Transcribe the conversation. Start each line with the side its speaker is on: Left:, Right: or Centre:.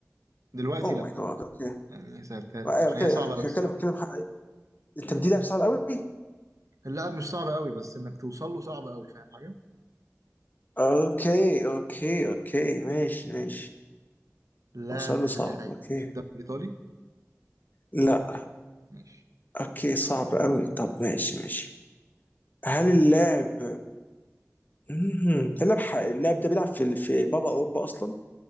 Right: دلوقتي
Left: اوه
Right: لا
Left: ماي جاد اوكي
Right: يعني سهلتها لك
Left: آه، ايوه
Right: عشان
Left: بتكلم
Right: هي صعبة
Left: بتكلم
Right: قوي الصراحة
Left: بتكلم حق- انت بدي لاعب صعب قوي
Right: اللاعب مش صعب قوي بس انك توصل له صعب قوي فاهم حاجة
Left: اوكي اوكي اوكي ماشي ماشي
Right: اللاعب
Left: اوصل
Right: بتاعي
Left: له صعب اوكي
Right: في الدوري الايطالي
Left: لا
Right: ماشي
Left: اوكي صعب قوي طب ماشي ماشي هل اللاعب مهم. اللاعب ح- اللاعب ده بيلعب في في بابا اوروبا اصلا